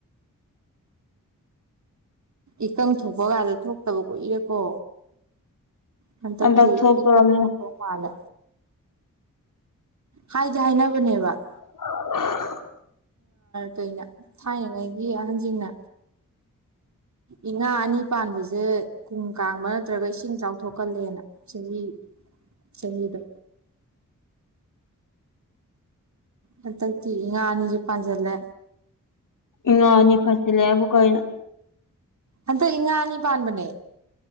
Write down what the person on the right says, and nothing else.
ꯏꯀꯪ ꯊꯣꯛꯄ ꯀꯥꯟꯗ ꯊꯣꯛꯇꯕ ꯀꯣꯏꯔꯦꯀꯣ ꯅꯇ
ꯇꯤ
ꯏꯀ ꯅꯠꯇꯣ ꯃꯥꯂ ꯍꯥꯏꯖ ꯍꯥꯏꯅꯕꯅꯦꯕ
ꯀꯩꯅ ꯊꯥꯏꯅꯉꯥꯏꯒꯤ ꯑꯍꯟꯁꯤꯡꯅ ꯏ ꯉꯥ ꯑꯅꯤ ꯄꯥꯟꯕꯁꯦ ꯀꯨꯝ ꯀꯥꯡꯕ ꯅꯠꯇ꯭ꯔꯒ ꯏꯁꯤꯡ ꯆꯥꯎꯊꯣꯛꯀꯜꯂꯦꯅ ꯁꯍꯤ ꯁꯍꯤꯗ ꯍꯟꯇꯛꯇꯤ ꯏꯉꯥ ꯅꯤꯡꯖꯤ ꯄꯥꯟꯖꯜꯂꯦ
ꯍꯟꯇꯛ ꯏꯉꯥ ꯑꯅꯤ ꯄꯥꯟꯕꯅꯦ